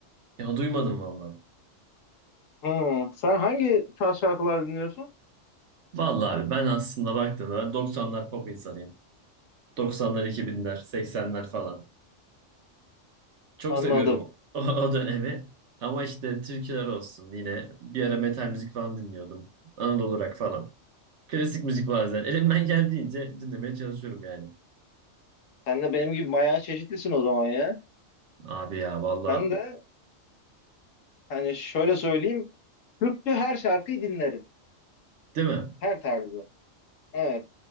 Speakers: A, on the right; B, on the left.
A: Ya duymadım vallahi.
B: Hmm, sen hangi tarz şarkılar dinliyorsun?
A: Vallahi abi ben aslında baktığımda ben 90'lar pop insanıyım. 90'lar 2000'ler 80'ler falan. Çok
B: Anladım.
A: seviyorum o, <laughs> o, o dönemi. Ama işte türküler olsun yine bir ara metal müzik falan dinliyordum. Anadolu rock falan. Klasik müzik bazen. Elimden geldiğince dinlemeye çalışıyorum yani.
B: Sen de benim gibi bayağı çeşitlisin o zaman ya.
A: Abi ya valla
B: Ben de hani şöyle söyleyeyim. Türkçe her şarkıyı dinlerim.
A: değil mi?
B: Her tarzı. Evet.